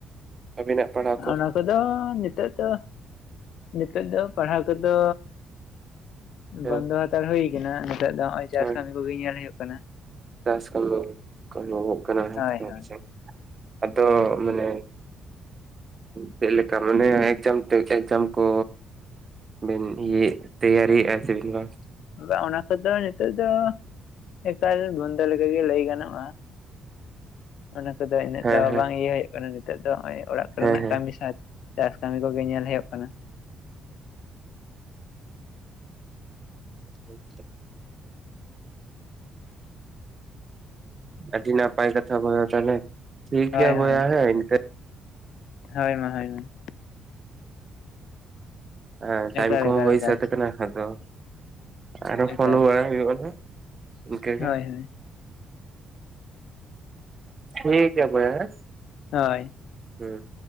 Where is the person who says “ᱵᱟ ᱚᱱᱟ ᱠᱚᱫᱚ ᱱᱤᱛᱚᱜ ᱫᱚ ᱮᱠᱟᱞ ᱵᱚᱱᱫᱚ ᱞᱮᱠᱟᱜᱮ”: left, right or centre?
Left